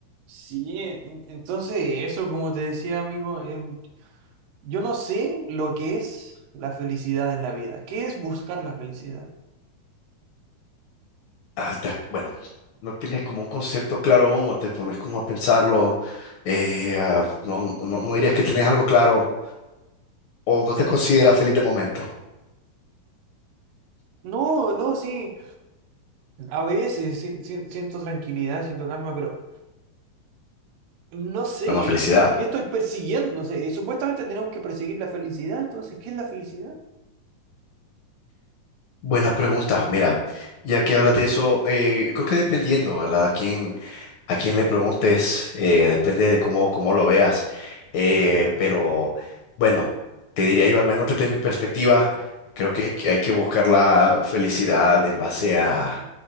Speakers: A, on the right (about 85°); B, on the left (about 75°).
A: Sí, e, en- entonces eso, como te decía, amigo, em, yo no sé lo que es la felicidad en la vida. ¿Qué es buscar la felicidad?
B: ah, te- bueno, no tienes como un concepto claro aún o te pones como a pensarlo, eh, ah, no, no, no dirías que tienes algo claro o no te consideras feliz de momento.
A: No, no, sí. A veces si- si- siento tranquilidad, siento calma, pero no sé
B: Bueno, felicidad.
A: qué estoy persiguiendo. O sea, y supuestamente tenemos que perseguir la felicidad, entonces, ¿qué es la felicidad?
B: Buena pregunta. Mira, ya que hablas de eso, eh, creo que dependiendo, ¿verdad? a quien le preguntes, eh, depende de cómo, cómo lo veas. Eh, pero bueno, te diría yo, al menos desde mi perspectiva, creo que, que hay que buscar la felicidad en base a